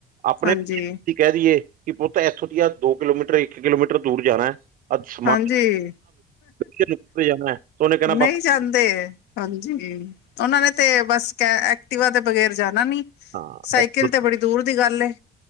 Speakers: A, on the right; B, on the left.
A: ਆਪਣੇ,
B: ਹਾਂਜੀ
A: ਪਿੰਡ 'ਚ ਹੀ ਕਹਿ ਦਈਏ, ਕਿ ਪੁੱਤ ਇੱਥੋਂ ਦੀਆ ਦੋ ਕਿਲੋਮੀਟਰ ਇੱਕ ਕਿਲੋਮੀਟਰ ਦੂਰ ਜਾਣਾ। ਅੱਜ ਸਮਾਨ
B: ਹਾਂਜੀ,
A: ਜਾਣਾ ਹੈ ਤਾਂ ਉਹਨੇ ਕਹਿਣਾ
B: ਨਹੀਂ
A: ਪਾਪਾ
B: ਜਾਂਦੇ। ਹਾਂਜੀ, ਉਹਨਾਂ ਨੇ ਤੇ ਬਸ, ਕੈ ਐਕਟੀਵਾ ਦੇ ਬਗ਼ੈਰ ਜਾਣਾ ਨੀ।
A: ਹਾਂ
B: ਸਾਈਕਲ
A: ਐਕਟਿਵ-
B: ਤੇ ਬੜੀ ਦੂਰ ਦੀ ਗੱਲ ਐ,